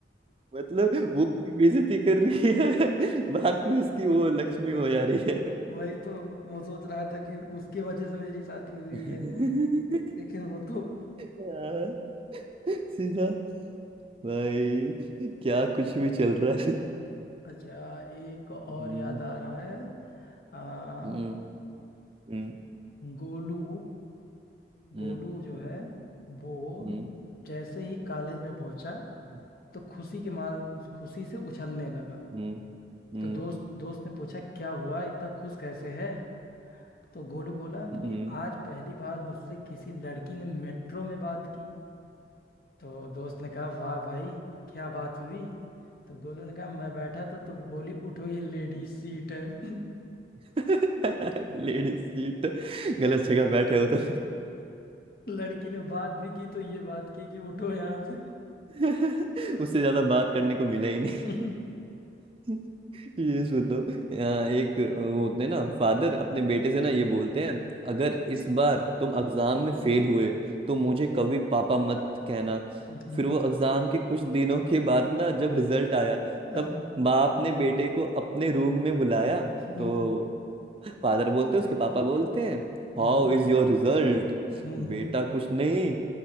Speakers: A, on the right; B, on the left.
A: मतलब वो उसकी बेइज्जती कर रही है <laughs> बाद में उसकी वो लक्ष्मी हो जा रही है
B: वही तो वो सोच रहा था कि उसके वजह से मेरी शादी
A: हम्म।
B: हुई
A: <laughs>
B: है लेकिन वो तो
A: हाँ, सीधा भाई क्या कुछ भी चल रहा है
B: अच्छा एक और
A: हम्म
B: याद आ रहा है आ,
A: हम्म हम्म
B: गोलू
A: हम्म,
B: गोलू जो है वो
A: हम्म।
B: जैसे ही कॉलेज में पहुंचा
A: हम्म
B: तो खुशी के मार खुशी से उछलने लगा
A: हम्म हम्म
B: तो दोस्त दोस्त ने पूछा क्या हुआ इतना खुश कैसे है तो गोलू बोला
A: हम्म
B: कि आज पहली बार मुझसे किसी लड़की ने मेट्रो में बात की तो दोस्त ने कहा वाह भाई क्या बात हुई तो गोलू ने कहा मैं बैठा था तो बोली उठो ये लेडीज सीट है
A: <laughs> लेडीज सीट गलत जगह बैठे हो तो
B: लड़की ने बात भी की तो ये बात की कि उठो यहाँ से
A: <laughs> उससे ज्यादा बात करने को मिला ही नहीं
B: <laughs>
A: <laughs> ये सुनो यहाँ एक वो होते हैं ना फादर अपने बेटे से ना ये बोलते हैं अगर इस बार तुम एग्जाम में फेल हुए तो मुझे कभी पापा मत कहना
B: हम्म,
A: फिर वो एग्जाम के कुछ दिनों के बाद ना जब रिजल्ट आया
B: हाँ,
A: तब बाप ने बेटे को अपने रूम में बुलाया
B: हम्म,
A: तो फादर बोलते हैं उसके पापा बोलते हैं
B: हाँ,
A: हाउ
B: हाँ,
A: इज योर रिजल्ट
B: हम्म,
A: बेटा कुछ नहीं